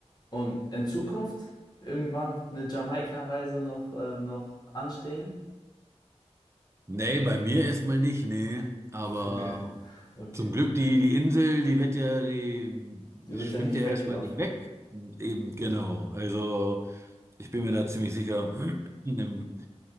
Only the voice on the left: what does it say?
Und in Zukunft irgendwann eine Jamaika-Reise noch, äh, noch anstehen?
<laughs> ja, Okay.
Die
wird ja nicht
weglaufen.